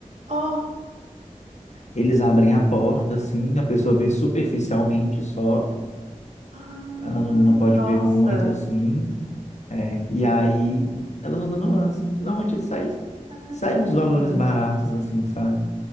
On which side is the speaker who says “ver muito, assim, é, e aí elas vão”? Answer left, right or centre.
Left